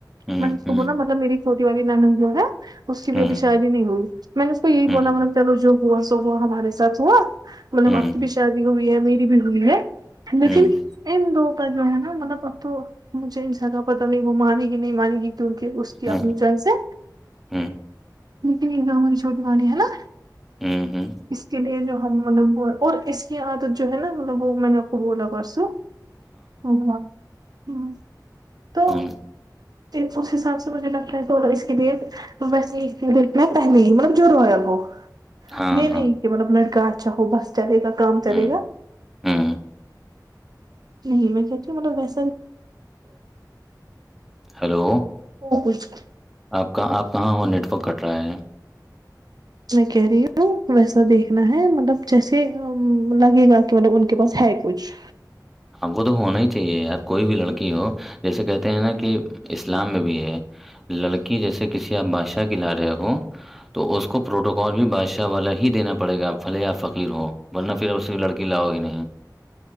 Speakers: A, in the centre; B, on the right.
A: ہوں
B: میں نے اس کو
A: ہوں
B: بلا مطلب میری چھوٹی والی نانند جو ہے اس کی بھی
A: ہوں
B: ابھی شادی نہیں ہوئی میں نے اس کو یہی
A: ہوں
B: بولا ما چلو جو ہووا سو ہووا ہمارے سھ ہوا ب
A: ہوں
B: آپ کی بھی شادی ہوئی ہے میری بھی ہوئی ہے لیکن
A: ہوں
B: ا دو پ جو ہے نا مطلب پرت مجھے انس کا پتہ نہیں وہ مانے گی نہیں مانے گی کیونکہ اس کی
A: ہوں
B: اپنی جان سے
A: ہوں
B: نک گاؤں میں چھوٹی والی ہے نا
A: ہوں، ہوں،
B: اس کے لیے جو ہم مطلب اور اس کی عادت جو ہے نا مطلب وہ میں نے خ بلا پرسو ہاں ہ تو
A: ہوں،
B: اس حساب سے مجھے لگتا ہے تو اس کے لیے وسے یہ دھنا پہلے ہی مطلب جو رویا وہ
A: ہاں،
B: یہ نہیں
A: ہاں،
B: کہ مطلب لڑکا اچھا ہو بس چلے گا کام چلے
A: ہوں،
B: گا
A: ہوں،
B: نہیں میں کہتی ہوں مطلب ویسا
A: ہلو
B: وہ کچھ
A: آپ کااں آپ کہاں ہو نیٹورک کٹ رہا ہے
B: میں کہہ رہی ہوں ویسا دیکھنا ہے مطلب جیسے لگے گا کہ مطلب ان کے پاس ہے کچھ
A: اب وہ تو ہونا ہی چاہیے یار کوئی بھی لڑکی ہو جیسے کہتے ہیں نا کہ اسلام میں بھی ہے لڑکی جیسے کسی آپ بادشاہ کی لا رہے ہو تو اس کو پروٹوکال بھی بادشاہ والا ہی دینا پڑے گا آپ پھلے یا فقیر ہو ولنہ پھر اس کی لڑکی لاؤ گی نہیں